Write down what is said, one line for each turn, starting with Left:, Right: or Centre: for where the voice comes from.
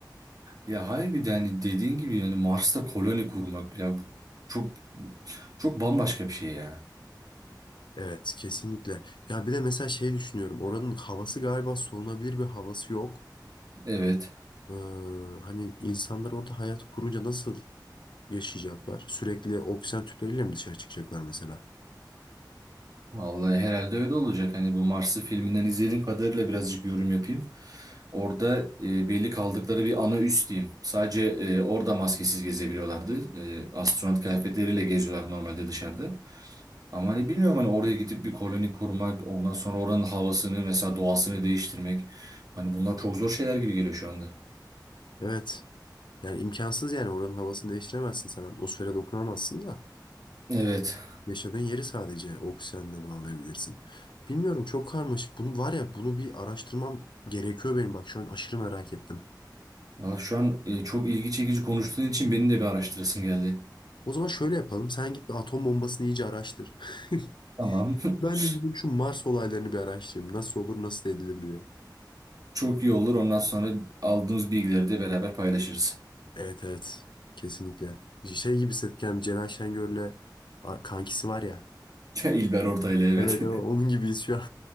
Right: Ya harbiden hani dediğin gibi yani Mars'ta koloni kurmak ya bu çok çok bambaşka bir şey ya.
Left: Evet kesinlikle. Ya bir de mesela şey düşünüyorum oranın havası galiba solunabilir bir havası yok.
Right: Evet.
Left: Ee, hani insanlar orada hayat kurunca nasıl yaşayacaklar? Sürekli oksijen tüpleriyle mi dışarı çıkacaklar mesela?
Right: Vallahi herhalde öyle olacak. Hani bu Mars'ı filminden izlediğim kadarıyla birazcık yorum yapayım. Orada e, belli kaldıkları bir ana üs diyeyim. Sadece e, orada maskesiz gezebiliyorlardı. E, astronot kıyafetleriyle geziyorlar normalde dışarıda. Ama hani bilmiyorum hani oraya gidip bir koloni kurmak, ondan sonra oranın havasını mesela doğasını değiştirmek. Hani bunlar çok zor şeyler gibi geliyor şu anda.
Left: Evet. Yani imkansız yani oranın havasını değiştiremezsin sen atmosfere dokunamazsın da.
Right: Evet.
Left: Yaşadığın yeri sadece oksijenle bağlayabilirsin. Bilmiyorum çok karmaşık. Bunu var ya bunu bir araştırmam gerekiyor benim. Bak şu an aşırı merak ettim.
Right: Valla şu an e, çok ilgi çekici konuştuğun için benim de bir araştırasım geldi.
Left: O zaman şöyle yapalım. Sen git bir atom bombasını iyice araştır. <laughs>
Right: Tamam.
Left: Ben
Right: <laughs>
Left: de gidip şu Mars olaylarını bir araştırayım. Nasıl olur, nasıl edilir diye.
Right: Çok iyi olur. Ondan sonra aldığımız bilgileri de beraber paylaşırız.
Left: Evet evet. Kesinlikle. Şey gibi hissettik yani Celal Şengör'le ar- kankisi var ya.
Right: <laughs> İlber Ortaylı evet.
Left: Evet o, onun gibiyiz şu an.